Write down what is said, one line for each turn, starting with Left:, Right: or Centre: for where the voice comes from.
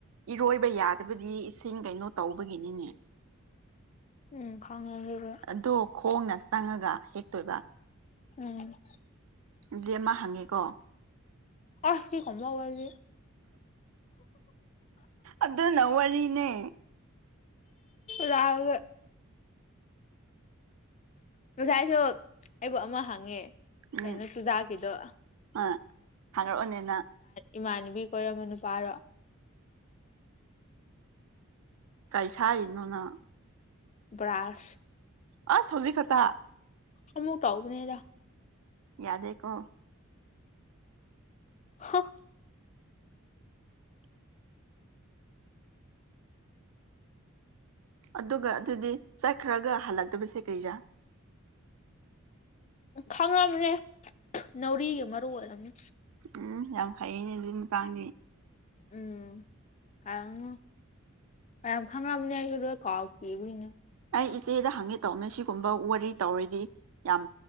Right: ꯏꯔꯣꯏꯕ ꯌꯥꯗꯕꯗꯤ ꯏꯁꯤꯡ ꯀꯩꯅꯣ ꯇꯧꯕꯒꯤꯅꯤꯅꯦ
Left: ꯎꯝ ꯈꯪꯉꯦ ꯑꯗꯨꯗꯤ
Right: ꯑꯗꯣ ꯈꯣꯡꯅ ꯆꯪꯉꯒ ꯍꯦꯛꯇꯣꯏꯕ
Left: ꯎꯝ
Right: ꯗꯤ ꯑꯃ ꯍꯪꯉꯦꯀꯣ
Left: ꯑꯁ ꯁꯤꯒꯨꯝꯕ ꯋꯥꯔꯤꯁꯦ
Right: ꯑꯗꯨꯅ ꯋꯥꯔꯤꯅꯦ
Left: ꯔꯒ ꯉꯁꯥꯏꯁꯨ ꯑꯩꯕꯨ ꯑꯃ ꯍꯪꯉꯦ
Right: ꯎꯝ
Left: ꯑꯩꯅ ꯆꯨꯖꯥꯛꯀꯤꯗꯣ
Right: ꯑꯥ ꯍꯥꯏꯔꯛꯑꯣꯅꯦ ꯅꯪ
Left: ꯏꯃꯥꯟꯅꯕꯤ ꯀꯣꯏꯔꯝꯃ ꯅꯨꯄꯥꯔꯣ
Right: ꯀꯩ ꯁꯥꯏꯔꯤꯅꯣ ꯅꯪ
Left: ꯕ꯭ꯔꯥꯁ
Right: ꯑꯁ ꯍꯧꯖꯤꯛ ꯈꯠꯇ
Left: ꯑꯃꯨꯛ ꯇꯧꯕꯅꯤꯗ
Right: ꯌꯥꯗꯦꯀꯣ
Left: ꯍ
Right: ꯑꯗꯨꯒ ꯑꯗꯨꯗꯤ ꯆꯠꯈ꯭ꯔꯒ ꯍꯜꯂꯛꯇꯕꯁꯦ ꯀꯔꯤꯔꯥ
Left: ꯈꯪꯉꯕꯅꯦ ꯅꯥꯎꯔꯤꯒꯤ ꯃꯔꯨ ꯑꯣꯏꯔꯝꯅꯤ
Right: ꯎꯝ ꯌꯥꯝ ꯍꯩꯅꯦ ꯑꯗꯨꯏ ꯃꯇꯥꯡꯗꯤ
Left: ꯎꯝ ꯍꯩꯝꯅꯦ ꯌꯥꯝ ꯈꯪꯉꯕꯅꯦ ꯑꯩꯁꯨꯗꯣ ꯀꯥꯎꯈꯤꯕꯅꯦ
Right: ꯑꯩ ꯏꯆꯦꯗ ꯍꯪꯉꯦ ꯇꯧꯅꯦ ꯁꯤꯒꯨꯝꯕ ꯋꯥꯔꯤ ꯇꯧꯔꯗꯤ ꯌꯥꯝ